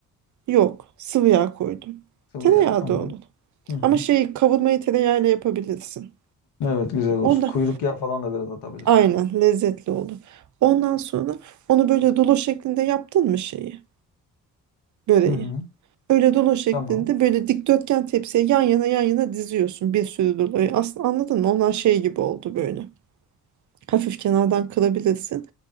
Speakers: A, on the right; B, on the left.
A: yok sıvı yağ koydum.
B: Sıvı
A: Tereyağı
B: yağ. Tamam.
A: da onun.
B: Hı hı.
A: Ama şeyi kavurmayı tereyağıyla yapabilirsin.
B: Evet güzel olur.
A: Onda
B: Kuyruk yağı falan da biraz atabilirsin.
A: aynen lezzetli olur. Ondan sonra onu böyle dolu şeklinde yaptın mı şeyi, böreği?
B: Hı hı.
A: Öyle dolu şeklinde
B: Tamam.
A: böyle dikdörtgen tepsiye yan yana yan yana diziyorsun bir sürü doluyu. Aslında anladın mı? Onlar şey gibi oldu böyle. Hafif kenardan kırabilirsin.